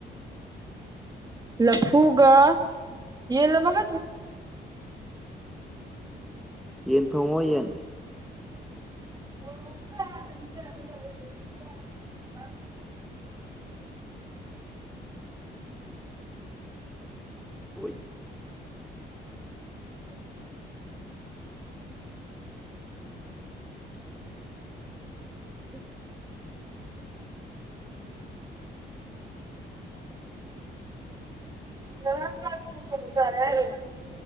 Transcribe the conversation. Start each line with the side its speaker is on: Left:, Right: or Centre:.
Right: ꯂꯐꯨꯒ ꯌꯦ ꯂꯒ
Centre: ꯌꯦꯟ ꯁꯉ ꯌꯦꯟ
Right: <inaudible>
Centre: ꯍꯣꯏ
Right: ꯑꯝ ꯎꯝ ꯎ ꯂꯥꯡ ꯀꯁꯥꯔꯦꯔ